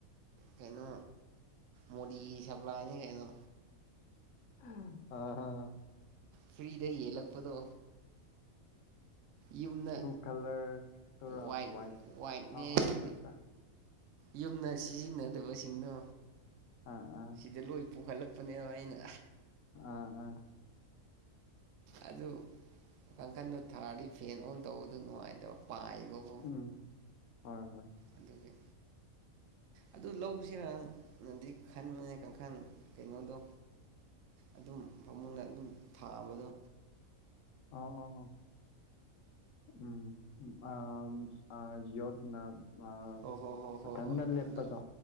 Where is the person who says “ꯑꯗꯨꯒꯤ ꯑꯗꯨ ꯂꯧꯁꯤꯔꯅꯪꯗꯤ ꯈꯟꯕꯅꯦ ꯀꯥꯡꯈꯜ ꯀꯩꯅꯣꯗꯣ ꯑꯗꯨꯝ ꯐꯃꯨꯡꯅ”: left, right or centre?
Right